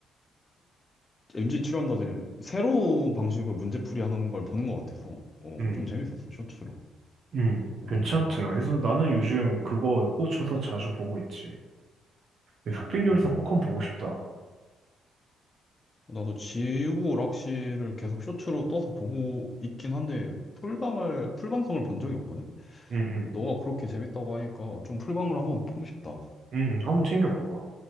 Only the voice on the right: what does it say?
응,
응,
괜찮더라. 그래서 나는 요즘 그거 꽂혀서 자주 보고 있지. 흑백요리상
꼭 한번 보고 싶다.
응, 응,
응, 응, 한번 챙겨봐봐.